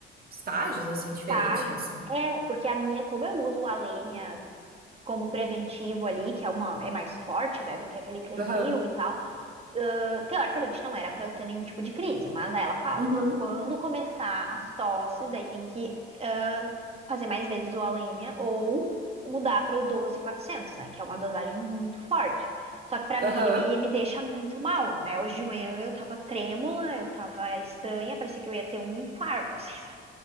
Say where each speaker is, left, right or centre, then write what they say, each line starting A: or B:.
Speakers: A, on the right; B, on the right.
A: estágios, assim,
B: estágios.
A: diferentes, não sei.
B: É, porque a minha, como eu uso a lenha como preventivo ali, que é uma é mais forte, né, do que aquele Clenil
A: Aham,
B: e tal. Ah, teoricamente não era para eu ter nenhum tipo de crise, mas aí ela fala
A: uhum,
B: que quando começar as tosses, daí tem que ah, fazer mais vezes o Alenia ou mudar para o 12400, né, que é uma dosagem muito forte. Só que pra
A: aham.
B: mim ele me, me deixa muito mal, né? Hoje de manhã eu tava trêmula, eu tava estranha, parecia que eu ia ter um infarto, assim, sabe?